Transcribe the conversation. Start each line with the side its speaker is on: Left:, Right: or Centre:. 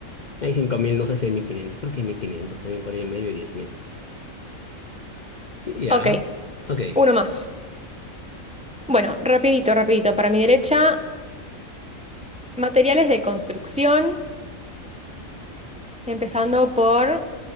Left: Hay cinco mil no sé si hay mil quinientos Creo que hay 1500 también por ahí en medio y 10.000. Ya.
Centre: Ok,
Left: Ok.
Centre: uno más. Bueno, rapidito, rapidito. Para mi derecha, materiales de construcción, empezando por